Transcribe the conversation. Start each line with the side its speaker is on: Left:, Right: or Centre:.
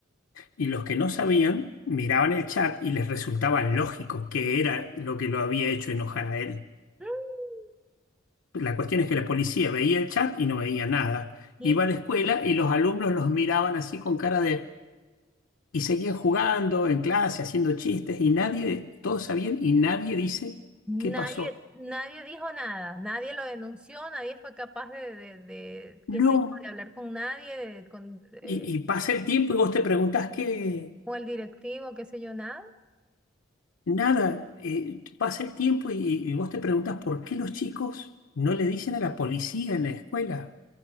Left: Y los que no sabían miraban el chat y les resultaba lógico que era lo que lo había hecho enojar a él.
Centre: Mm.
Left: La cuestión es que la policía veía el chat y no veía nada.
Centre: Y
Left: Iba a la escuela y los alumnos los miraban así con cara de... Y seguían jugando en clase, haciendo chistes y nadie, todos sabían y nadie dice
Centre: nadie,
Left: qué pasó.
Centre: nadie dijo nada, nadie lo denunció, nadie fue capaz de, de, de,
Left: No.
Centre: qué sé yo, de hablar con nadie, de- con, eh,
Left: Y, y pasa el tiempo y vos te preguntás qué...
Centre: con el directivo, qué sé yo, nada.
Left: Nada. Eh, pasa el tiempo y, y vos te preguntás por qué los chicos no le dicen a la policía en la escuela.